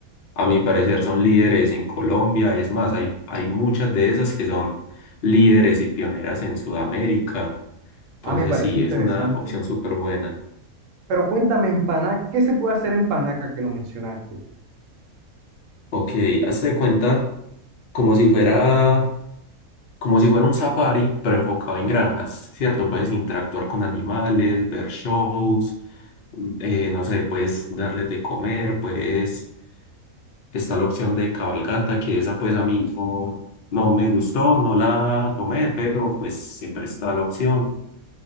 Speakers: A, on the left; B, on the right.
A: a mi parecer, son líderes en Colombia. Es más, hay, hay muchas de esas que son líderes y pioneras en Sudamérica. Entonces
B: Ah, me parece
A: sí,
B: interesante.
A: es una opción súper buena.
B: Pero cuéntame, en Paná, ¿qué se puede hacer en Panaca que lo mencionaste?
A: Ok, hazte de cuenta como si fuera, como si fuera un safari, pero enfocado en granjas, ¿cierto? Puedes interactuar con animales, ver shows eh, no sé, puedes darles de comer, puedes, está la opción de cabalgata, que esa pues a mí no, no me gustó, no la tomé, pero pues siempre está la opción.